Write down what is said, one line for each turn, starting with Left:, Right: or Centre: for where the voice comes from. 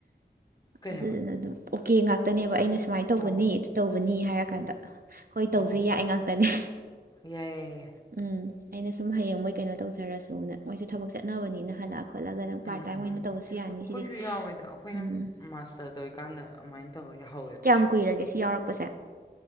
Left: ꯀꯩ
Right: ꯑꯗꯨꯗꯨꯅ
Left: ꯍꯥꯏꯕ
Right: ꯑꯗꯨꯝ ꯑꯣꯀꯦ ꯉꯥꯛꯇꯅꯦꯕ ꯑꯩꯅ ꯁꯨꯃꯥꯏ ꯇꯧꯕꯅꯤ
Left: ꯑꯣ ꯑꯣ
Right: ꯑꯗꯨ ꯇꯧꯕꯅꯤ ꯍꯥꯏꯔ ꯀꯥꯟꯗ ꯍꯣꯏ ꯇꯧꯖꯦ
Left: ꯑꯣ ꯑꯣ
Right: ꯌꯥꯏ ꯉꯥꯛꯇꯅꯦ
Left: ꯌꯥꯏ ꯌꯥꯏ ꯌꯥꯏ
Right: ꯎꯝ ꯑꯩꯅ ꯁꯨꯝ ꯍꯌꯦꯡ ꯃꯣꯏ ꯀꯩꯅꯣ ꯇꯧꯖꯔꯁꯨꯅ ꯃꯣꯏꯁꯨ ꯊꯕꯛ ꯆꯠꯅꯕꯅꯤꯅ ꯍꯜꯂꯛꯑ ꯈꯣꯠꯂꯒ ꯅꯪ ꯄꯥꯔꯠ
Left: ꯎꯝ
Right: ꯇꯥꯏꯝ
Left: ꯎꯝ
Right: ꯑꯣꯏꯅ ꯇꯧꯕꯁꯨ ꯌꯥꯅꯤ
Left: ꯑꯩꯈꯣꯏꯁꯨ
Right: ꯁꯤꯗꯤ
Left: ꯌꯥꯎꯋꯦꯗ ꯑꯩꯈꯣꯏꯅ
Right: ꯎꯝ
Left: ꯃꯥꯁꯇꯔ ꯇꯧꯏꯀꯥꯟꯗ ꯑꯗꯨꯃꯥꯏꯟ ꯇꯧꯋ ꯌꯥꯍꯧꯋꯦ ꯑꯩꯈꯣꯏꯁꯨ꯫
Right: ꯀꯌꯥꯝ ꯀꯨꯏꯔꯒꯦ ꯁꯤ ꯌꯥꯎꯔꯛꯄꯁꯦ꯫